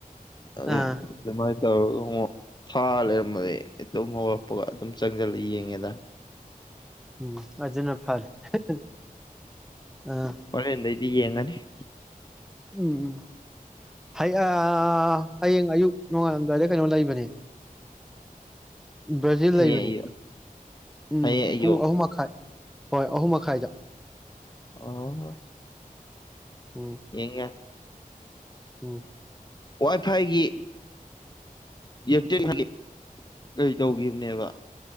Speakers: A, on the left; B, in the centre.
A: ꯑꯗꯣ
B: ꯑꯥ
A: ꯑꯗꯨꯃꯥꯏ ꯇꯧꯔꯒ ꯉꯣ ꯊꯥ ꯂꯩꯔꯝꯕꯅꯦ ꯇꯨꯝ ꯍꯧꯒꯠꯂꯛꯄꯒ ꯑꯗꯨꯝ ꯆꯪꯁꯤꯜꯂ ꯌꯦꯡꯉꯦꯗ
B: ꯎꯝ ꯑꯖꯤꯅ ꯐꯔꯦ <unintelligible> ꯑꯥ
A: ꯍꯧꯔꯦꯟ ꯗꯩꯗꯤ ꯌꯦꯡꯉꯟ <unintelligible>
B: ꯎꯝ ꯍꯌꯥ ꯍꯌꯦꯡ ꯑꯌꯨꯛ ꯅꯣꯡꯉꯥꯜꯂꯝꯗꯥꯏꯗ ꯀꯩꯅꯣ ꯂꯩꯕꯅꯦ ꯕ꯭ꯔꯥꯖꯤꯜ
A: ꯍꯌꯦꯡ
B: ꯂꯩꯕꯅꯤ
A: ꯑꯌꯨꯛ
B: ꯎꯝ
A: ꯍꯌꯦꯡ ꯑꯌꯨꯛ
B: ꯄꯨꯡ ꯑꯍꯨꯝ ꯃꯈꯥꯏ ꯍꯣꯏ ꯑꯍꯨꯝ ꯃꯈꯥꯏꯗ
A: ꯑꯣ
B: ꯎꯝ
A: ꯌꯦꯉ
B: ꯎꯝ
A: ꯋꯥꯏ ꯐꯥꯏꯒꯤ ꯌꯦꯞꯇꯤꯡ ꯀꯔꯤ ꯇꯧꯈꯤꯕꯅꯦꯕ